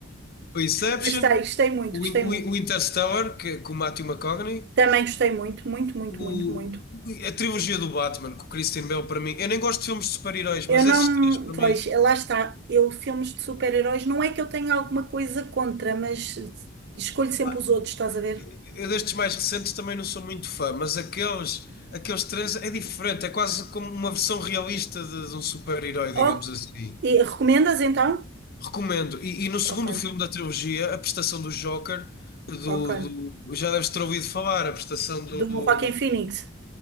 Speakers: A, on the left; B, on the right.
A: O Inception,
B: Gostei, gostei muito,
A: o,
B: gostei
A: In- o
B: muito.
A: In- o Interstellar, que, com o Matthew McConaughey,
B: Também gostei muito, muito, muito,
A: o,
B: muito, muito.
A: a trilogia do Batman, com o Christian Bale, para mim. Eu nem gosto de filmes de super-heróis, mas
B: Eu não.
A: esses três, para
B: Pois,
A: mim.
B: lá está. Eu, filmes de super-heróis, não é que eu tenha alguma coisa contra, mas escolho sempre
A: ah,
B: os outros, estás a ver?
A: eu destes mais recentes também não sou muito fã, mas aqueles, aqueles três é diferente, é quase como uma versão realista de, de um super-herói, digamos
B: Oh,
A: assim.
B: e recomendas então?
A: Recomendo. E, e no segundo
B: Ok,
A: filme da trilogia, a prestação do Joker, do,
B: ok.
A: do- já deves ter ouvido falar, a prestação do.
B: Do Joaquin Phoenix.